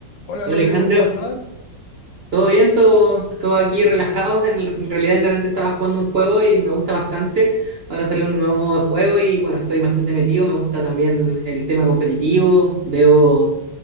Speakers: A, on the left (about 75°); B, on the right (about 75°).
A: Hola
B: Hola
A: Rodrigo,
B: Alejandro,
A: ¿cómo estás?
B: ¿todo bien? ¿Todo, todo aquí relajados? En, en realidad en delante estaba jugando un juego y me gusta bastante. Ahora sale un nuevo modo de juego y bueno, estoy bastante metido. Me gusta también el tema competitivo. Veo,